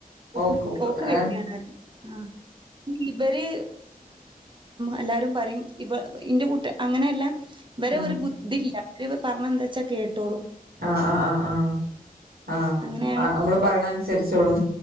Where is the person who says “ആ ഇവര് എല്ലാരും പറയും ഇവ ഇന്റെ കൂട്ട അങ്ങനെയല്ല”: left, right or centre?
Right